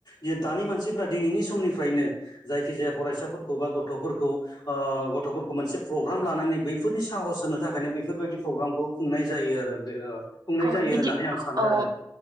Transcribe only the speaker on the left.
जे दानि मानसिफ्रा दिनैनि समनिफ्रायनो जायखिजाया फरायसाफोरखौ बा गथ'फोरखौ ओ गथ'फोरखौ मोनसे प्रग्राम लानानै बैफोरनि साहस होनो थाखायनो बैफोरबायदि प्रग्रामखौ खुंनाय जायो जायो आरो बे खुंनाय
होननानै आं सानो
आरो